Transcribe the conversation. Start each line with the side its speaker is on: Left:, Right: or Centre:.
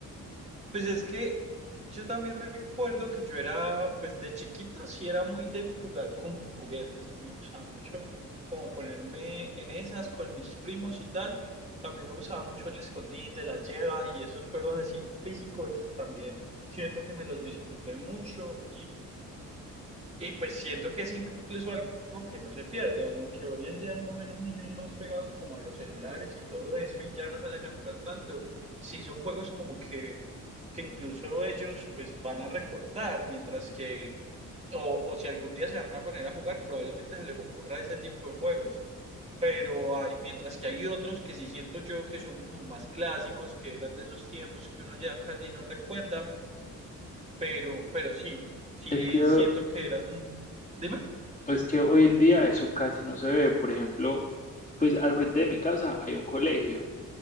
Right: Pues es que yo también recuerdo que yo era, pues de chiquito sí era muy de jugar con juguetes. A mí me gustaba mucho como ponerme en esas con mis primos y tal. También me gustaba mucho el escondite, la lleva y esos juegos así físicos también. Siento que me los disfruté mucho y pues siento que es incluso algo que no se pierde, aunque hoy en día uno ve los niños más pegados como a los celulares y todo eso y ya no salen a jugar tanto. Sí son juegos como que, que incluso ellos pues van a recordar, mientras que, o, o si algún día se van a poner a jugar, probablemente se les ocurra ese tipo de juegos. Pero hay, mientras que hay otros que sí siento yo que son como más clásicos, que eran de esos tiempos que uno ya casi no recuerda, pero, pero sí, sí
Left: Es que,
Right: siento que eran... Dime.
Left: es que hoy en día eso casi no se ve. Por ejemplo, pues al frente de mi casa hay un colegio